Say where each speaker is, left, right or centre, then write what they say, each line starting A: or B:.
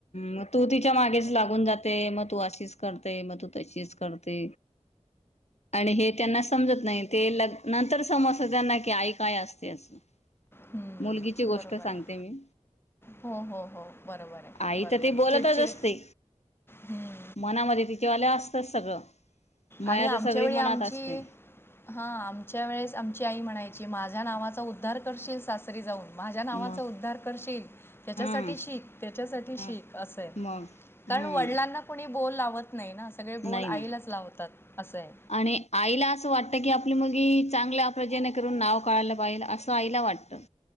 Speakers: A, on the left (about 60°); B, on the left (about 20°).
A: मग तू तिच्या मागेच लागून जात मग तू अशीच करते, मग तू तशीच करते आणि हे त्यांना समजत नाही ते नं -नंतर समजत त्यांना की आई काय असते असं.
B: हम्म,
A: मुलगीची
B: बरोबर
A: गोष्ट सांगते
B: आहे
A: मी.
B: हो हो हो बरोबर आहे
A: आई
B: बरोबर
A: तर ते
B: आहे
A: बोलतच
B: चिडचिड
A: असते,
B: हम्म.
A: मनामध्ये तिच्यावाल्या असतच सगळं. मया
B: आणि आमच्या
A: तर सगळी
B: वेळी
A: मनात
B: आमची
A: असते
B: हा आमच्या वेळेस आमची आई म्हणायची. की माझ्या नावाचा उद्धार करशील सासरी जाऊन. माझ्या नावाचा
A: मग
B: उद्धार करशील, त्याच्यासाठी
A: हा
B: शीक त्याच्यासाठी शीक
A: हा
B: असय.
A: मग हम्म
B: कारण वडिलांना कोणी बोल लावत नाही ना, सगळे
A: नाही
B: बोल आईलाचं
A: ना
B: लावतात. असं आहे
A: आणि आईला असं वाटत की आप आपली मुलगी चांगल्या जेणेकरून नाव काढायला पाहिजे, असं आईला वाटतं.